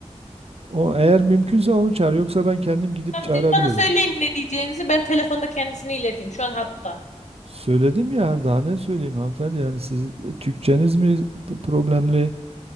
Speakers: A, on the right; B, on the left.
A: O eğer mümkünse onu çağır. Yoksa ben kendim gidip
B: Tamam,
A: çağırabilirim.
B: siz bana söyleyin ne diyeceğinizi. Ben telefonda kendisini ileteyim. Şu an hatta.
A: Söyledim ya hani daha ne söyleyeyim hanımefendi yani siz e, Türkçeniz mi p- problemli